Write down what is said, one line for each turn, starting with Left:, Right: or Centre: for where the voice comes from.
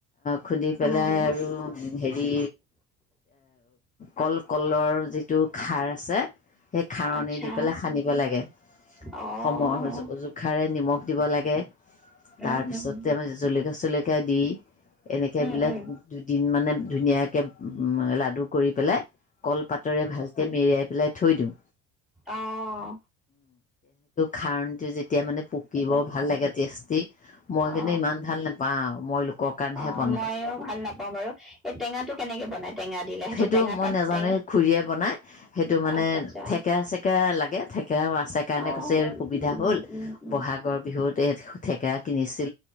Left: খুন্দি পেলাই
Centre: উম
Left: আৰু হেৰি কল কলৰ যিটো খাৰ আছে। সেই খাৰণী
Centre: আচ্ছা
Left: দি পেলাই সানিব লাগে
Centre: অ
Left: সময় জোখাৰে নিমখ দিব লাগে।
Centre: উম
Left: তাৰপিছতে
Centre: হম হম
Left: আমি জলকীয়া চ। কদি। এনেকে
Centre: উম
Left: বিলাক
Centre: উম
Left: দুদিন মানে ধুনীয়াকে উ লাডু কৰি পেলাই কলপাতৰে ভালকে মেৰিয়াই। বেলেগ থৈ দিওঁ।
Centre: অহ।
Left: খাণ্। যেতিয়া মানে পকিবৰ ভাল লাগে টেষ্টি মই
Centre: অ
Left: কিন্তু ইমান ভাল নোপাওঁ মই। লোকৰ কাৰণেহে
Centre: অ
Left: বনাওঁ
Centre: মইও ভাল নাপাওঁ। বাৰু এই টেঙাটো কেনেকে বনাই। টেঙা দিলে
Left: সেইটো
Centre: টেঙা
Left: মই
Centre: তাত
Left: নাজানোে
Centre: টেঙা
Left: খুৰীয়ে বনাই সেইটো মানে
Centre: আচ্ছা আচ্ছা
Left: থেকেৰা চেকেৰা লাগে। থেকেৰাও আছে কাৰণে
Centre: অ
Left: কৈছে সুবিধা
Centre: উম
Left: হল
Centre: উম উম
Left: বহাগৰ বিহুত। এই থেকেৰা কিনিছে।